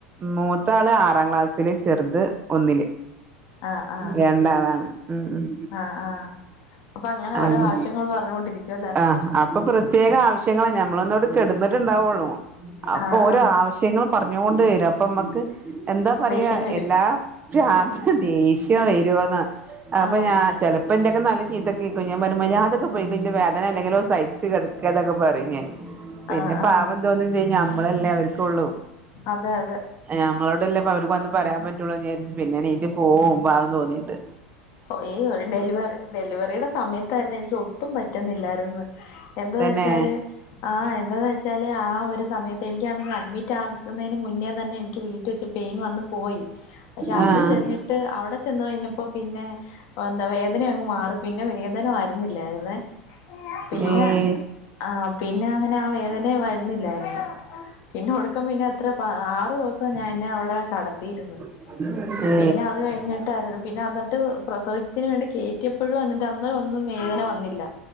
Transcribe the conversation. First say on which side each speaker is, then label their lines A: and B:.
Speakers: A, on the right; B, on the left.
A: മൂത്താള് ആറാം ക്ലാസ്സില് ചെറ്ത് ഒന്നില്
B: ആഹ് ആഹ്
A: രണ്ടാളാണ് ഉം ഉം
B: ആഹ് ആഹ് അപ്പൊ അങ്ങനെ
A: ആഹ്
B: ഓരോ ആവശ്യങ്ങൾ പറഞ്ഞുകൊണ്ടിരിക്കും അല്ലേ
A: ആഹ് അപ്പൊ പ്രത്യേക ആവശ്യങ്ങള ഞമ്മളൊന്നോട് കെട്ന്ന ണ്ടാവുള്ളൂ അപ്പൊ
B: ആഹ്
A: ഓരോ
B: ആഹ്
A: ആവശ്യങ്ങളും പറ്ഞ്ഞൊണ്ട് വര പ്പമ്മക്ക് എന്താ പറ്യ
B: ദേഷ്യം വരും
A: എല്ലാ രാത്രി ദേഷ്യം വരുവൊന്ന് അപ്പൊ
B: ആഹ്
A: ഞാൻ ചെലപ്പോന്റെക്കന്ന് നല്ല ചീത്തക്കെക്കും ഞാൻപരു മരിയാതക്ക് പോയ്ക്കൊ ഇന്റെ വേദനല്ലെങ്കിലോ സഹിച്ച് കിടക്ക ന്നൊക്കെ പറിം ഞൻ പിന്നെ
B: ആഹ് ആഹ്
A: പാവം തോന്നും ചെയ്യും ഞമ്മളല്ലേ അവര്ക്കൊള്ളു
B: അതെ അതെ
A: ഞമ്മളോടല്ലെപ്പ അവര്ക്ക് വന്ന് പറയാപറ്റുള്ളൂന്ന് വിചാരിച് പിന്നെ നീറ്റ് പോവും പാവം തോന്നിട്ട്
B: ഓയ് ഡെലിവറി ഡെലിവറിടെ സമയത്തായ്രുന്നു എനിക്ക് ഒട്ടും പറ്റുന്നില്ലായ്രുന്നു എന്തൊന്ന
A: തന്നെ
B: വെച്ചാല് ആഹ് എന്താന്ന് വെച്ചാല് ആഹ് ഒരു സമയത്ത് എനിക്കാണെങ്കി അഡ്മിറ്റാക്ക്ന്നേന് മുന്നേതന്നെ എനിക്ക് വീട്ടി റ്റ് വെച്ച് പെയ്ൻ വന്ന് പോയി പക്ഷെ അവ്ടെ
A: ആഹ്
B: ചെന്നിട്ട് അവ്ടെ ചെന്ന് കഴിഞ്ഞപ്പോ പിന്നെ എന്താ വേദന അങ്ങ് മാറി പിന്നെ വേദന ക്ക്ന്നില്ലായിര്‌ന്നെ പിന്നെ
A: ഏഹ്
B: ആഹ് പിന്നെഅങ്ങനെ ആ വേദന വരുന്നില്ലായിരുന്നു പിന്നെ ഒടുക്കംപിന്നെ എത്ര പ ആറുസം ഞാന്നെ അവ്ടെ കടത്തിര്ന്ന്
A: <unintelligible>
B: പിന്നെ അത് കഴിഞ്ഞിട്ടായ്രുന്നു പിന്നെ അന്ന്ട്ട് പ്രസവത്തിന് വേണ്ടി കേറ്റിയപ്പോഴും എന്നിട്ട് അന്നേഒന്നും വേദന വന്നില്ല